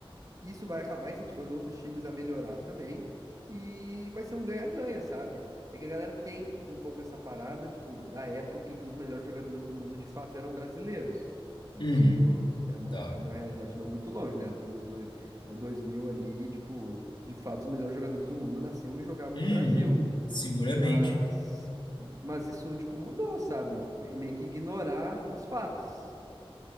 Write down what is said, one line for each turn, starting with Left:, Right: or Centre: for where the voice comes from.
Right: isso vai acabar incentivando outros times a melhorar também. E vai ser um ganha-ganha, sabe? É que a galera tem um pouco essa parada, tipo, da época em que os melhores jogadores do mundo de fato eram brasileiros. Isso
Left: uhum,
Right: é uma,
Left: tá.
Right: é uma realidade não muito longe, né? Anos dois, 2000 ali, tipo, de fato os melhores jogadores do mundo nasciam e jogavam
Left: Uhum,
Right: no Brasil.
Left: seguramente.
Right: Mas, mas isso, tipo, mudou, sabe? Tipo, é meio que ignorar os fatos.